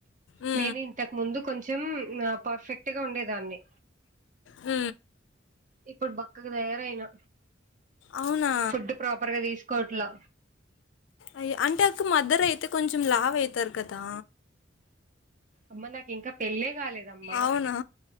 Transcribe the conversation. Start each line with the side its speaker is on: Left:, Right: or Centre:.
Left: ఊ.
Right: నేను ఇంతకు ముందు కొంచెం పర్ఫెక్ట్గా ఉండేదాన్ని.
Left: అ
Right: ఇప్పుడు బక్కక తయారయినా
Left: అవునా
Right: ఫుడ్ ప్రాపర్ గా తీసుకోవట్లా.
Left: అయ అంటే అకు మదర్ అయితే కొంచెం లావ్ అయితారు కదా.
Right: అమ్మ నాకు ఇంకా పెళ్ళ కాలేదమ్మ.
Left: అవునా